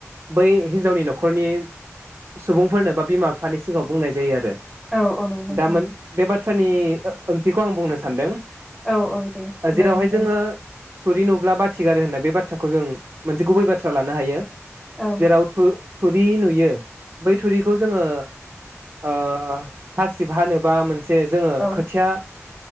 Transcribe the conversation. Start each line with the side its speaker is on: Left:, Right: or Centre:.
Right: बै हिनजावनि न'ख न'खरनि सुबुंफोरनो बा बिमा बिफानि सिगाङाव बुंनाय जायो आरो
Centre: औ औ नंगौ नोंथां
Right: दा मोन
Centre: औ
Right: बे बाथ्रानि ओंथिखौ आं बुंनो सानदों
Centre: औ औ दे फोरमायना
Right: जेरावहाय
Centre: होगोन
Right: जोङो थुरि नुब्ला बाथिगारो होननाय बे बाथ्राखौ जों मोनसे गुबै बाथ्रा लानो हायो
Centre: औ
Right: जेराव थु थुरि नुयो बै थुरिखौ जोङो ओ हासिब हानोबा मोनस से जोङो
Centre: औ
Right: खोथिया